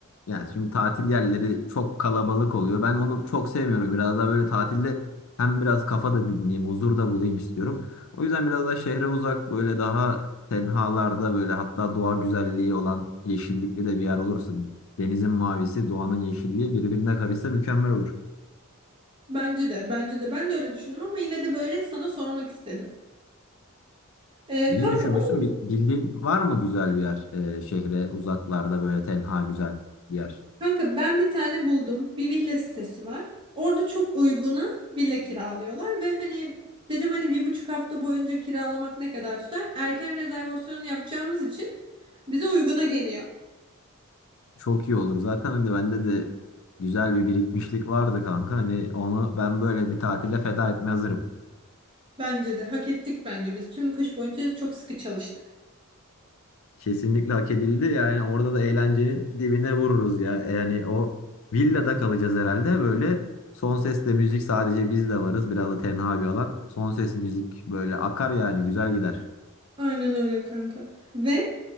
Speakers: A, on the left; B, on the right.
A: yani şimdi tatil yerleri çok kalabalık oluyor. Ben onu çok sevmiyorum. Biraz daha böyle tatilde hem biraz kafa da dinleyeyim, huzur da bulayım istiyorum. O yüzden biraz daha şehre uzak böyle daha tenhalarda böyle hatta doğa güzelliği olan yeşillikli de bir yer olursa denizin mavisi, doğanın yeşilliği birbirine karışsa mükemmel olur.
B: Bence de, bence de. Ben de öyle düşündüm ama yine de böyle sana sormak istedim. E,
A: İyi
B: kanka
A: düşünmüşsün.
B: onun
A: Bir, bildiğin var mı güzel bir yer e, şehre uzaklarda böyle tenha güzel bir yer?
B: Kanka ben bir tane buldum. Bir villa sitesi var. Orada çok uyguna villa kiralıyorlar ve hani dedim hani bir buçuk hafta boyunca kiralamak ne kadar tutar? Erken rezervasyonu yapacağımız için bize uyguna geliyor.
A: Çok iyi olur. Zaten hani bende de güzel bir birikmişlik vardı kanka. Hani onu ben böyle bir tatile feda etmeye hazırım.
B: Bence de hak ettik bence biz. Tüm kış boyunca çok sıkı çalıştık.
A: Kesinlikle hak edildi. Yani orada da eğlencenin dibine vururuz ya. Yani o villada kalacağız herhalde. Böyle son sesle müzik sadece biz de varız. Biraz da tenha bir alan. Son ses müzik böyle akar yani güzel gider.
B: Aynen öyle kanka. Ve